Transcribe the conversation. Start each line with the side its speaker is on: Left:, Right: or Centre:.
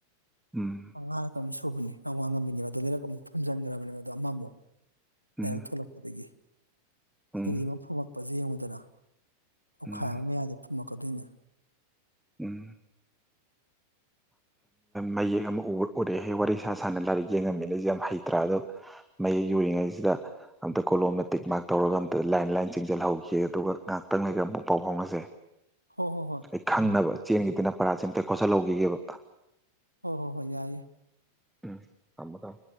Centre: ꯎꯝ
Left: ꯄꯉ ꯀꯃꯤꯁ ꯑꯨꯕꯅꯤ ꯌꯥꯝ ꯋꯥꯡꯉꯝꯃꯤꯅꯦꯕ ꯑꯗꯨ ꯂꯩꯔꯛ ꯑꯃꯨꯛ ꯐꯨꯟꯖꯤꯟꯈ꯭ꯔꯕꯅꯦ ꯑꯗ ꯑꯃꯃꯨꯛ
Centre: ꯎꯝ
Left: <unintelligible> ꯊꯣꯂꯛꯄꯗꯗꯒꯤ
Centre: ꯎꯝ
Left: ꯁꯤꯔꯤꯃ ꯐꯃ ꯄꯖ ꯌꯦꯡꯂꯡꯉꯨꯗꯅ ꯑꯣꯈꯥꯏꯕ
Centre: ꯎꯝ
Left: ꯃꯌꯥꯏꯗ ꯐꯨꯝꯃꯛ ꯀꯗꯅ
Centre: ꯎꯝ ꯃꯌꯦꯛ ꯑꯃ ꯎꯔꯦꯍꯦ ꯋꯥꯔꯤ ꯁꯥ ꯁꯅ ꯂꯥꯏꯔꯤꯛ ꯌꯦꯡꯉꯝꯃꯤꯅꯁꯦ ꯌꯥꯝ ꯍꯩꯇ꯭ꯔꯥ ꯑꯗꯣ ꯃꯌꯦꯛ ꯌꯧꯔꯤꯉꯩꯁꯤꯗ ꯑꯝꯇ ꯀꯣꯂꯣꯝꯅ ꯇꯤꯛ ꯃꯥꯔꯛ ꯇꯧꯔꯒ ꯑꯝꯇ ꯂꯥꯏꯟ ꯂꯥꯏꯟ ꯆꯤꯡꯁꯤꯜꯍꯧꯈꯤ ꯑꯗꯨꯒ ꯉꯥꯏꯍꯥꯛꯇꯪ ꯂꯩꯒ ꯑꯃꯨꯛ ꯄꯥꯎ ꯐꯥꯎꯅꯖꯩ
Left: ꯍꯣ ꯍꯣ ꯍꯣꯏ
Centre: ꯑꯩ ꯈꯪꯅꯕ
Left: ꯎꯝ
Centre: ꯆꯦꯟꯒꯤꯗꯅ ꯄꯔꯥꯁ ꯑꯇꯦꯛ ꯈꯠꯜꯍꯧꯈꯤꯈꯤꯕꯕ <inaudible>
Left: ꯍꯣꯏ ꯍꯣꯏ ꯍꯣꯏ ꯌꯥꯏꯑꯦ
Centre: ꯎꯝ ꯊꯝꯃꯣ ꯊꯝ